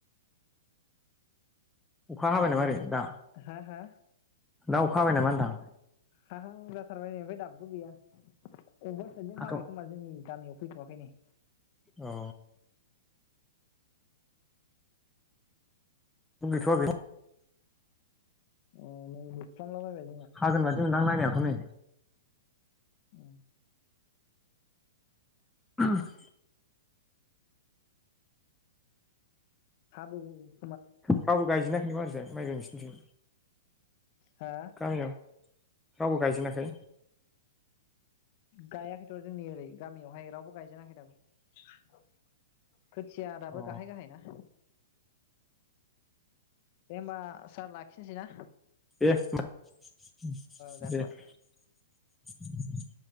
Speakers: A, in the centre; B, on the left (about 35°).
A: अखा हाबाय
B: होमबा
A: नामा
B: जोंथ'
A: ओै दा
B: हा हा
A: दा अखा हाबाय नामा नोंथां
B: हाहां जाथारबाय हनै दाबो गैया अबेबा साइदजों
A: हाथ'
B: हाबाय खोमा जोंनि गामियाव फैथ'वाखै नै
A: औ <unintelligible>
B: अ नै मोफ्लामला बायबाय
A: हागोन बादि मोनदां नायनायावथ नै
B: औ
A: आ <inaudible>
B: हाबोगौ
A: रावबो गायजिनाखै बा ओरै फ्राय माइ गाइ नोंसिनिथिं
B: हा
A: गामियाव रावबो गायजेनाखै
B: गायाखैथ' जोंनि ओरै गामियावहाय रावबो गायजेनाखै दाबो खोथिया दाबो
A: अ
B: गाहाय गाहाय ना दे होमबा सार लाखिनोसैना?
A: दे होमबा दे
B: जाथ'बाय
A: <inaudible>